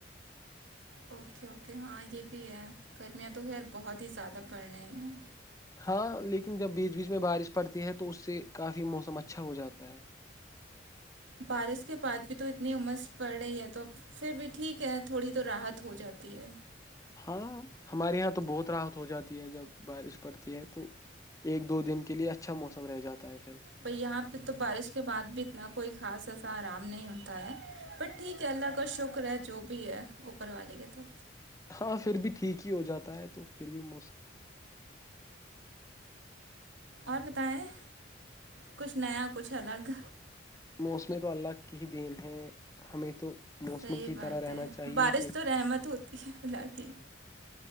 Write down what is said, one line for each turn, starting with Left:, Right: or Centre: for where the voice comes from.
Right: اوکے اوکے ہاں یہ بھی ہے گرمیاں تو خیر بہت ہی زیادہ پڑ رہی ہیں
Left: ہاں لیکن جب بیچ بیچ میں بارش پڑتی ہے تو اس سے کافی موسم اچھا ہو جاتا ہے
Right: بارش کے بعد بھی تو اتنی عمر پڑھ رہی ہے تو پھر بھی ٹھیک ہے تھوڑی تو راحت ہو جاتی ہے
Left: ہاں ہمارے یہاں تو بہت راحت ہو جاتی ہے جب بارش پڑتی ہے تو ایک دو دن کے لیے اچھا موسم رہ جاتا ہے پھر
Right: پر یہاں پہ تو بارش کے بعد بھی اتنا کوئی خاص خاصا آرام نہیں ہوتا ہے بٹ ٹھیک ہے اللہ کا شکر ہے جو بھی ہے اوپر والے کے تر
Left: ہاں پھر بھی ٹھیک ہی ہو جاتا ہے تو پھر بھی موسم
Right: اور بتائیں کچھ نیا کچھ الگ
Left: موسم تو اللہ کی ہی دین ہے ہمیں تو موسموں
Right: صحیح
Left: کی
Right: بات
Left: طرح رہنا
Right: ہے
Left: چاہیے
Right: بارش
Left: کہ
Right: تو رحمت ہوتی ہے اللہ کی